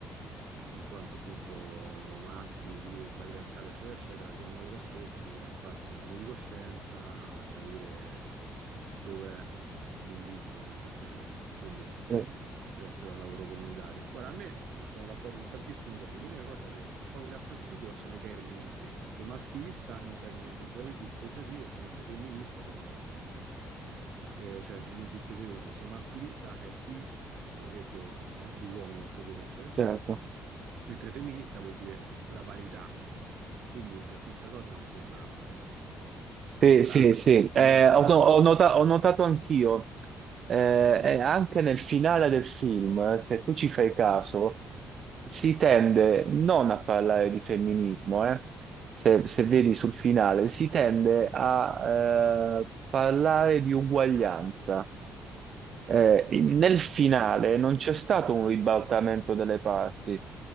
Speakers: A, on the right; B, on the right.
A: in quanto appunto maschi, figli del patriarcato, eccetera, eccetera, siano loro stessi a farsi un esame di coscienza, a capire dov'è l'inghippo in un certo senso. Quindi
B: Eh,
A: deve essere un lavoro comunitario. Guarda, a me sono d'accordo su tantissimi temi. L'unica cosa che un po' mi dà fastidio sono i termini in sé, perché maschilista è un termine completamente dispregiativo, mentre femminista sembra eh, cioè nel dispiacere nel senso maschilista è chi vorrebbe, no, gli uomini nel potere, eccetera, eccetera,
B: certo.
A: mentre femminista vuol dire la parità. Quindi eh, questa cosa mi sembra un po'
B: Sì,
A: strana,
B: sì, sì, Eh,
A: o meno strana.
B: ho, ho nota- ho notato anch'io, Eh, eh, anche nel finale del film, se tu ci fai caso, si tende non a parlare di femminismo, eh. Se, se vedi sul finale, si tende a eh, parlare di uguaglianza. Eh, in- nel finale non c'è stato un ribaltamento delle parti,